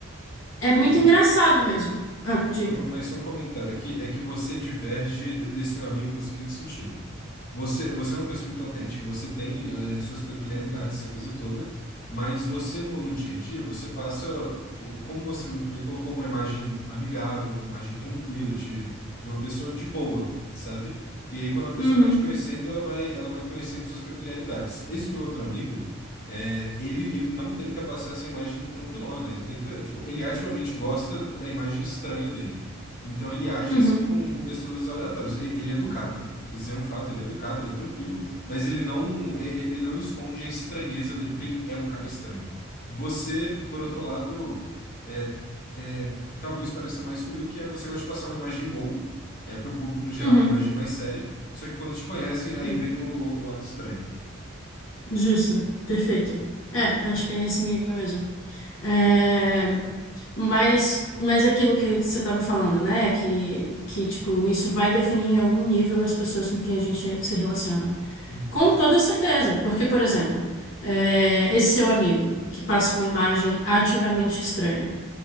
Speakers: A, on the left; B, on the left.
A: é muito
B: só-
A: engraçado mesmo. Ah, diga.
B: Mas só um comentário aqui, é que você diverge de- desse meu amigo no seguinte sentido. Você, você é uma pessoa muito autêntica, você tem eh, suas peculiaridades, essa coisa toda, mas você no, no dia a dia, você passa, um- como você muito bem colocou, uma imagem amigável, uma imagem tranquila de, de uma pessoa de boa, sabe? E aí quando a pessoa
A: Uhum,
B: vai te conhecendo, ela vai, ela vai conhecendo suas peculiaridades. Esse meu outro amigo, É, ele, ele não tenta passar essa imagem tranquilona, ele tenta, tipo, ele ativamente gosta da da imagem estranha dele. Então ele age
A: uhum,
B: assim com, com pessoas aleatórias. E- Ele é educado, isso é um fato, ele é educado, ele é tranquilo, mas ele não, e- e- ele não esconde a estranheza dele porque ele é um cara estranho. Você, por outro lado, é, é, talvez pareça mais comigo que é você gosta de passar uma imagem boa, é para o público no geral,
A: uhum.
B: uma imagem mais séria, só que quando te conhecem, aí
A: Sim,
B: vem o, o o lado estranho.
A: justo, perfeito. É, acho que é nesse nível mesmo. É, Mas, mas aquilo que você estava falando, né? Que, que, tipo, isso vai definir em algum nível as pessoas com quem a gente se relaciona.
B: Uhum.
A: Com toda certeza. Porque, por exemplo, é, esse seu amigo que passa uma imagem ativamente estranha.